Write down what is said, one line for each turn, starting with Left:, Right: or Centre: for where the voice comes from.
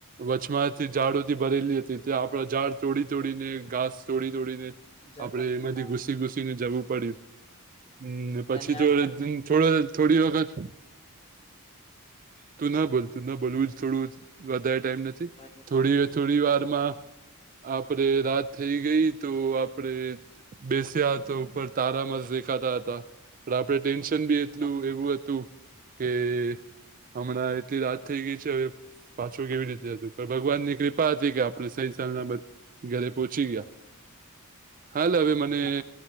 Right: વછમાંથી ઝાડોથી ભરેલી હતી ત આપડ ઝાડ તોડી તોડીને ઘાસ તોડી તોડીને
Left: જતા
Right: આપડે એમાંથી
Left: હા
Right: ઘુસી ગુસી જવું પડ્યું પછી
Left: તને
Right: તોો
Left: આ
Right: થોડી વખત તું ના ભોલ તું ન બોલવું જ થોડું વધારે ટાઈમ
Left: ભલે
Right: થોડી
Left: ભલે
Right: થોડી વારમાં આપડે રાત થઈ ગઈ તો આપડે બેસ્યા તો ઉપર તારા મસ દેખાતા હતા પણ આપડણે ટેન્શન બી એટલું
Left: હા
Right: એવું હતું કે હમણાં એટલી રાત થઈ ગઈ છે હવે પાછું કેવી રીતે હતું ભગવાન ની કૃપા હતી કે આપણે સહી સ બ ઘરે પહોંચી ગયા હાલ હવે મને
Left: હા